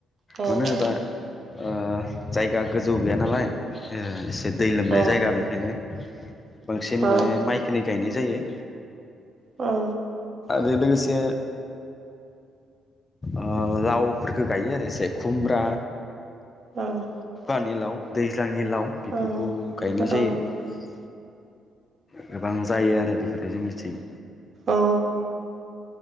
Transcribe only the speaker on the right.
औ
औ
औ
औ
औ
औ
औ